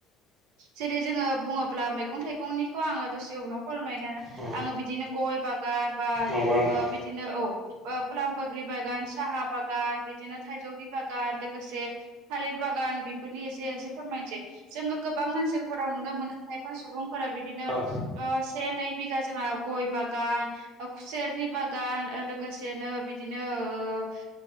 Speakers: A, on the right; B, on the right.
A: जेरै जोङो बुङोब्ला मैगं थाइगं गंखौ आङो दसे उनाव फोरमायनो
B: उम
A: आङो बिदिनो गय बागान बा
B: नंगौ नोंथां
A: ओ बि दिनो औ पलाम बोग्रि बागान साहा बागान बिदिनो थाइजौनि बागान लोगोसे थालिर बागान बेफोरनि एसे एसे फोरमायनोसै। जोङो गोबां ओनसोलफोराव नुनो मोनो खायफा सुबुंफोरा बिदिनो
B: औ औ
A: ओ से नै बिघा जोंहा गय बागान खुसेरनि बागान लोगोसेनो बिदिनो ओ